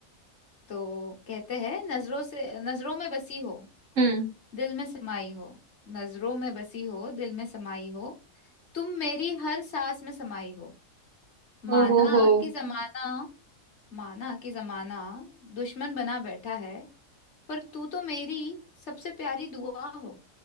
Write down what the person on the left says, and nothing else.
तो कहते हैं नजरों से नजरों में बसी हो
दिल में समाई हो नजरों में बसी हो दिल में समाई हो तुम मेरी हर सांस में समाई हो माना
कि जमाना माना कि जमाना दुश्मन बना बैठा है पर तू तो मेरी सबसे प्यारी दुआ हो